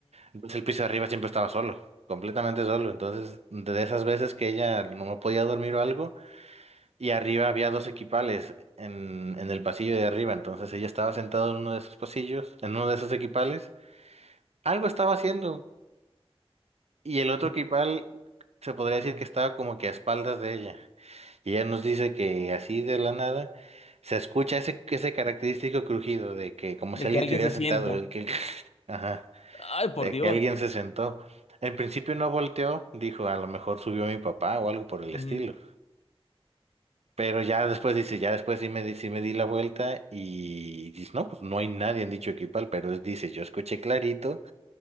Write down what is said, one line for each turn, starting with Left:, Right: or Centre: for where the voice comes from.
Right: Entonces el piso de arriba siempre estaba solo, completamente solo. Entonces, de esas veces que ella no podía dormir o algo, y arriba había dos equipales en, en el pasillo de arriba. Entonces ella estaba sentada en uno de esos pasillos, en uno de esos equipales. Algo estaba haciendo, y el otro
Left: ujú.
Right: equipal se podría decir que estaba como que a espaldas de ella. Y ella nos dice que así de la nada se escucha ese, ese característico crujido de que como si
Left: De
Right: alguien
Left: que alguien
Right: te hubiera
Left: se sienta.
Right: sentado, el que, <laughs> ajá,
Left: Ay, por
Right: de
Left: Dios.
Right: que alguien se sentó. En principio no volteó, dijo, a lo mejor subió mi papá o algo por el
Left: Ujú.
Right: estilo. Pero ya después dice, ya después sí me di, sí me di la vuelta y dice, no, pues no hay nadie en dicho equipal, pero dice, yo escuché clarito